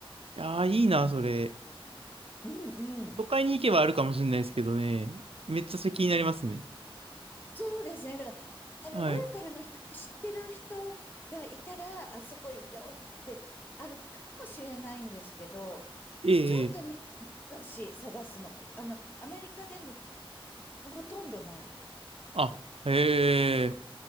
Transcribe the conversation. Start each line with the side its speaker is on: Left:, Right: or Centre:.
Right: やー、いいな、それ。
Left: う。うんうん。
Right: 都会に行けばあるかもしれないですけどね。めっちゃそれ気になりますね。
Left: そうですね。だから、あの、
Right: はい。
Left: ローカルの人で知ってる人がいたら、あそこいいよってあるかもしれないんですけど、
Right: ええ、
Left: ちょっとね、
Right: ええ。
Left: 難しい、探すの。こあの、アメリカでもほとんどない。
Right: あ、へえ。